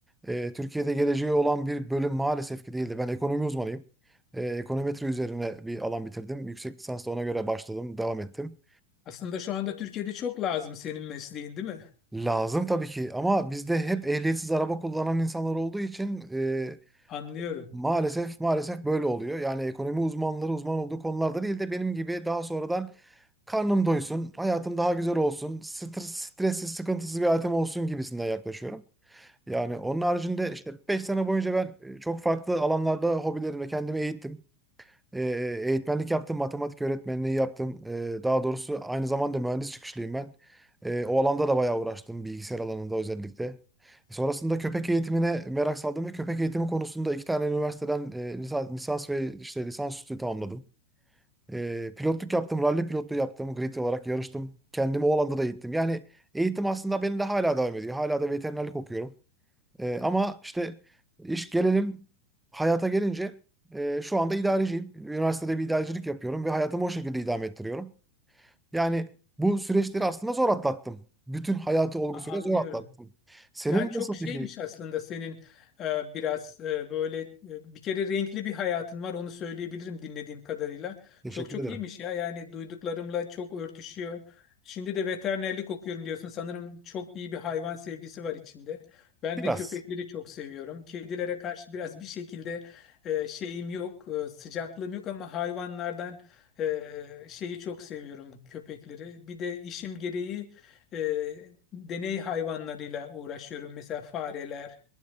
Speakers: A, in the centre; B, on the left.
A: Ee, Türkiye'de geleceği olan bir bölüm maalesef ki değildi. Ben ekonomi uzmanıyım. Ee, ekonometri üzerine bir alan bitirdim. Yüksek lisans da ona göre başladım, devam ettim.
B: Aslında şu anda Türkiye'de çok lazım senin mesleğin, değil mi?
A: Lazım tabii ki ama bizde hep ehliyetsiz araba kullanan insanlar olduğu için e,
B: Anlıyorum.
A: maalesef maalesef böyle oluyor. Yani ekonomi uzmanları uzman olduğu konularda değil de benim gibi daha sonradan karnım doysun, hayatım daha güzel olsun, stres, stressiz, sıkıntısız bir hayatım olsun gibisinden yaklaşıyorum. Yani onun haricinde işte 5 sene boyunca ben e, çok farklı alanlarda hobilerimle kendimi eğittim. E, eğitmenlik yaptım, matematik öğretmenliği yaptım. E, daha doğrusu aynı zamanda mühendis çıkışlıyım ben. E, o alanda da bayağı uğraştım, bilgisayar alanında özellikle. E, Sonrasında köpek eğitimine merak saldım ve köpek eğitimi konusunda iki tane üniversiteden e, lisans, lisans ve işte lisansüstü tamamladım. E, pilotluk yaptım, ralli pilotluğu yaptım, grid olarak yarıştım. Kendimi o alanda da eğittim. Yani eğitim aslında benim de hala devam ediyor. Hala da veterinerlik okuyorum. E, ama işte iş gelelim hayata gelince e, şu anda idareciyim. Üniversitede bir idarecilik yapıyorum ve hayatımı o şekilde idame ettiriyorum. Yani bu süreçleri aslında zor atlattım. Bütün hayatı olgusuyla
B: A- Anlıyorum.
A: zor atlattım. Senin
B: Yani çok
A: nasıl
B: şeymiş
A: peki?
B: aslında senin e, biraz e, böyle e, bir kere renkli bir hayatın var onu söyleyebilirim dinlediğim kadarıyla.
A: Teşekkür
B: Çok çok
A: ederim.
B: iyiymiş ya yani duyduklarımla çok örtüşüyor. Şimdi de veterinerlik okuyorum diyorsun. Sanırım çok iyi bir hayvan sevgisi var içinde. Ben
A: Biraz.
B: de köpekleri çok seviyorum. Kedilere karşı biraz bir şekilde e, şeyim yok, e, sıcaklığım yok ama hayvanlardan e, şeyi çok seviyorum köpekleri. Bir de işim gereği e, deney hayvanlarıyla uğraşıyorum. Mesela fareler,